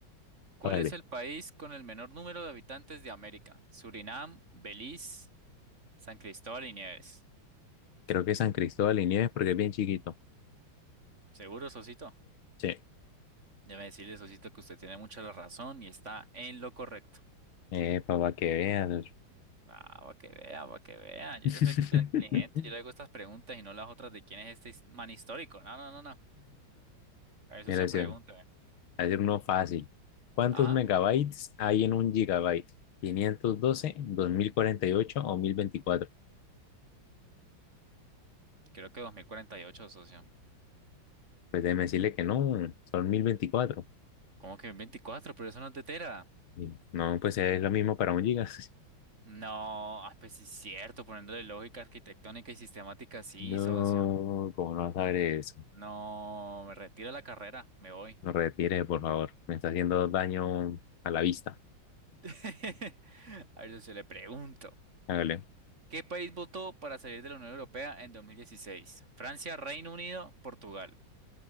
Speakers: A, on the right; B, on the left.
A: ¿Cuál
B: Vale.
A: es el país con el menor número de habitantes de América? Surinam, Belice, San Cristóbal y Nieves.
B: Creo que San Cristóbal y Nieves porque es bien chiquito.
A: Seguro, Sosito.
B: Sí.
A: Déjame decirle, Sosito, que usted tiene mucha la razón y está en lo correcto.
B: Eh, para que veas.
A: Ah, va que vea, va que vea. Yo
B: <laughs>
A: ya sé que usted es inteligente. Yo le hago estas preguntas y no las otras de quién es este his- man histórico. No, no, no, no. A eso
B: Mira,
A: se
B: sí,
A: pregunta.
B: voy a decir uno fácil. ¿Cuántos
A: Ajá.
B: megabytes hay en un gigabyte? quinientos doce dos mil cuarenta y ocho o mil veinticuatro
A: Creo que 2048, socio.
B: Pues déjeme decirle que no, son 1024.
A: ¿Cómo que 24? Pero eso no es de Tera.
B: Y No, pues es lo mismo para un giga. <laughs>
A: No, ah, pues sí es cierto. Poniéndole lógica arquitectónica y sistemática, sí,
B: No,
A: socio.
B: como no sabré eso?
A: No, me retiro de la carrera. Me voy.
B: No retire, por favor. Me está haciendo daño a la vista.
A: <laughs> A ver, socio, le pregunto.
B: Hágale.
A: ¿Qué país votó para salir de la Unión Europea en 2016? Francia, Reino Unido, Portugal.